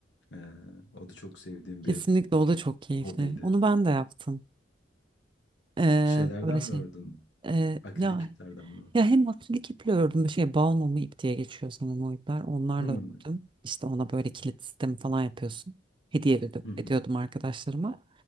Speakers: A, on the left; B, on the right.
A: Ee, o da çok sevdiğim bir
B: Kesinlikle o da çok keyifli.
A: Hobiydi.
B: Onu ben de yaptım. Ee,
A: Şeylerden
B: böyle şey.
A: mi ördün?
B: Ee,
A: Akrilik
B: ya
A: iplerden mi?
B: Ya hem akrilik iple ördüm. bir Şey balmumu ip diye geçiyor sanırım o ipler. Onlarla
A: Hmm.
B: ördüm. İşte ona böyle kilit sistemi falan yapıyorsun. Hediye ed-
A: Hı hı.
B: ediyordum arkadaşlarıma.